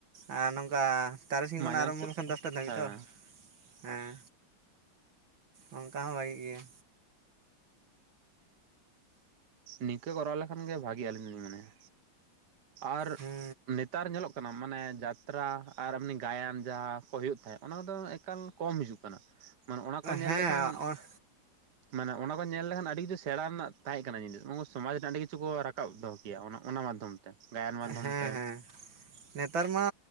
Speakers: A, on the right (about 75°); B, on the right (about 60°).
A: ᱟ ᱱᱚᱝᱠᱟ᱾ ᱛᱟᱨᱟᱥᱤᱧ ᱠᱷᱚᱱᱟᱜ
B: ᱢᱟᱡᱟᱱ
A: ᱟᱨᱟᱢᱵᱷᱚ
B: ᱥᱮᱫ
A: ᱞᱮᱠᱷᱟᱱ
B: ᱛᱚᱠᱷᱚᱱ
A: ᱫᱚᱥᱴᱟ ᱫᱷᱟᱹᱵᱤᱡ
B: ᱦᱮᱸ
A: ᱛᱚ ᱦᱮᱸ᱾ ᱚᱝᱠᱟ ᱦᱚᱸ ᱵᱷᱟᱜᱮ ᱜᱮᱭᱟ᱾
B: ᱱᱤᱝᱠᱟᱹ ᱠᱚᱨᱟᱣ ᱞᱮᱠᱷᱟᱱ ᱜᱮ ᱵᱷᱟᱜᱤ-ᱟ ᱟᱹᱞᱤᱧ ᱫᱚᱞᱤᱧ ᱢᱚᱱᱮᱭᱟ᱾ ᱟᱨ
A: ᱦᱩᱸ
B: ᱱᱮᱛᱟᱨ ᱧᱮᱞᱚᱜ ᱠᱟᱱᱟ ᱢᱟᱱᱮ ᱡᱟᱛᱨᱟ ᱟᱨ ᱮᱢᱱᱤ ᱜᱟᱭᱟᱱ ᱡᱟᱦᱟᱸ ᱠᱚ ᱦᱩᱭᱩᱜ ᱛᱟᱦᱮᱸ ᱚᱱᱟ ᱠᱚᱫᱚ ᱮᱠᱟᱞ ᱠᱚᱢ ᱦᱤᱡᱩᱜ ᱠᱟᱱᱟ᱾ ᱢᱟᱱᱮ ᱚᱱᱟ ᱠᱚ ᱧᱮᱞ
A: ᱦᱮᱸ
B: ᱞᱮᱠᱷᱟᱱ, ᱢᱟᱱᱮ ᱚᱱᱟ ᱠᱚ ᱧᱮᱞ ᱞᱮᱠᱷᱟᱱ ᱟᱹᱰᱤ ᱠᱤᱪᱷᱩ ᱥᱮᱬᱟ ᱨᱮᱱᱟᱜ ᱛᱟᱦᱮᱸ ᱠᱟᱱᱟ ᱧᱤᱫᱟᱹ ᱫᱚ ᱚᱢᱚ ᱥᱚᱢᱟᱡᱽ ᱨᱮ ᱟᱹᱰᱤ ᱠᱤᱪᱷᱩ ᱠᱚ ᱨᱟᱠᱟᱵ ᱫᱚᱦᱚ ᱠᱮᱭᱟ ᱚᱱᱟ ᱚᱱᱟ ᱢᱟᱫᱽᱫᱷᱚᱢ <unintelligible>
A: ᱦᱮᱸ
B: ᱛᱮ
A: ᱦᱮᱸ ᱱᱮᱛᱟᱨ ᱢᱟ